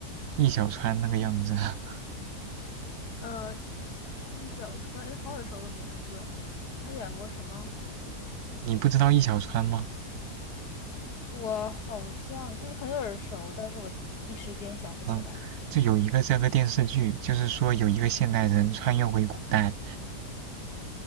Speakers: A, on the right (about 70°); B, on the left (about 70°).
A: 易小川那个样子。<laughs>
B: <laughs> 呃，易小川，哎，好耳熟的名字。他演过什么？
A: 你不知道易小川吗？
B: 我好像就是很耳熟，但是我一时间想不起来。
A: 嗯，就有一个这个电视剧，就是说有一个现代人穿越回古代，